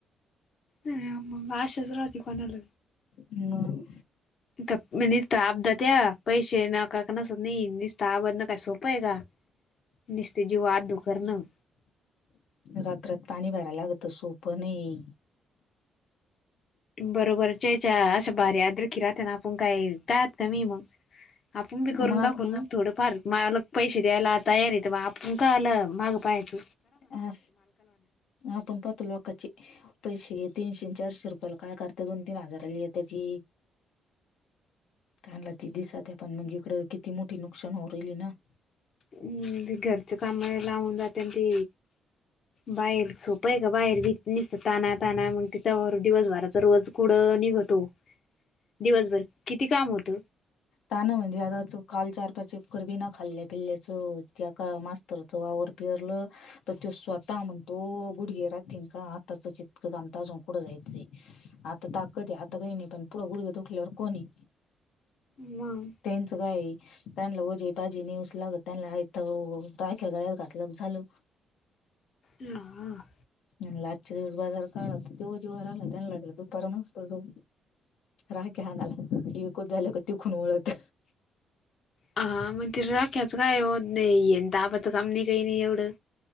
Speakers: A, on the left; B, on the left.
A: हग आश सु रावती कोणाल.
B: म
A: म स््टाप द त्या्या पैसेे ना काक ना स्टाप का सोपं आहे का निसते जीवत दुकरणं.
B: रात्रात पाणी भरायला लागत सोपं नाही.
A: बरोबर चेचा असं भारी अद्रखि राहतना आपण काय काहात का मी मग आपण बी
B: मग
A: करून
B: आप-
A: दाखवू ना थोडें फार मलाग पैसे द्यायला तयारीेत. इकाला महाग गपयाच.
B: अ आपण पाहतो लोकाची पैशे तीनशे चारशे रुपय. काय करत दोन तीन हजाराली येतं की चला ती दिसत पण मग इकड किती मोठी नुकसान हो राहिली ना.
A: हम् घरचं काम ला म्ह द अत ते बाहेर सोपं आहे का बाहेर व नसत ताना ताणा मग तिथं दिवसभराचा रोज कुढं निघतो दिवसभर किती काम होत.
B: ता ना म्हणजे आता काल चार पाच एकर बिना खाल्ले पिल्ले त्या का मास्तरचा वावर पिरलं तर तो स्वतः म्हणतो गुडघे राथीन का? चित्क कामताजंकडं जायचंय. ताकद आता काही नाही पण पुढ गुडग्या दुखल्यावर कोण हे.
A: मग
B: त्यांच काय त्यांना वजे पाजे नऊस लागत त्यांना आयथ राख्या गळ्यात घातलं का झालं.
A: ह ह.
B: म्ह आजच्या दिवस बाजार काढ जेव्हा जेव्हा राहिला त्यांना लागलं दुपार मस्त जाऊ. राकीे हानला ये कुद्दले कोतीव खुण उओळत.
A: हा मग ति राख्याचं काय होत नाही दाबाचं काम नाही काही नाही एवढं.